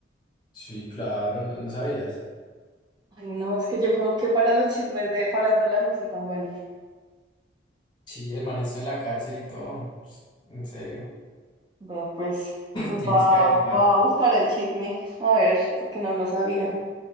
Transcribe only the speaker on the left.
Sí, claro, no, no sabías.
Sí, el man estuvo en la cárcel y todo. Pues, en serio.
<clears throat>
Tienes
que averiguar.